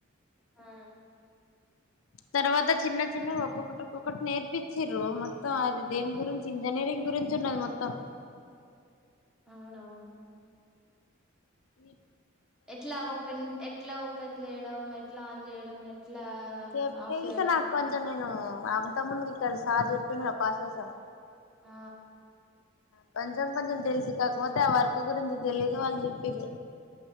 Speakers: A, in the centre; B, on the left (about 80°).
A: ఆ
B: తర్వాత చిన్న చిన్నగా ఒక్కొక్కటి ఒక్కొక్కటి నేర్పించిరూ మొత్తం అది దేని గురించి ఇంజనీరింగ్ గురించి ఉన్నది మొత్తం
A: అవున అవును
B: ఇ
A: ఎట్లా ఓపెన్ ఎట్లా ఓప్ పన్ చేయడం ఎట్లా ఆన్ చేయడం ఎట్లా
B: చెప్
A: ఆఫ్
B: తెల్సా
A: చేయడం
B: నాకుంచాను నేను అంత ముందు ఇక్కడ సార్ చెప్పిండ పాససార్
A: ఆ
B: కోన్ కొంచెం కొంచెం తెలిసి కాకపోతే అ వర్క్ గురించి తెలీదు వాళ్ళు చెప్పారు